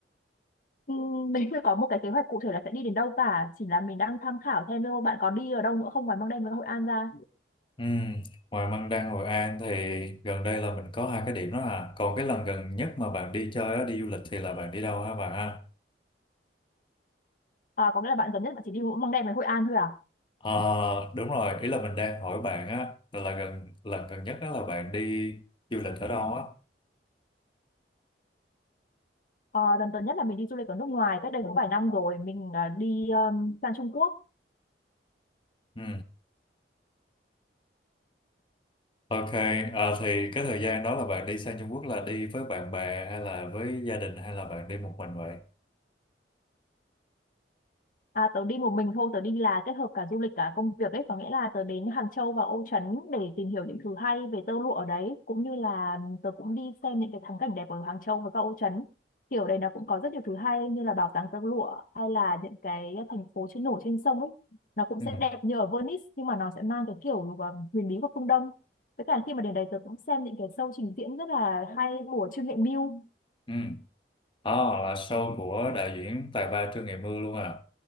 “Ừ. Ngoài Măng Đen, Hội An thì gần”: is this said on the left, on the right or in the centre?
Left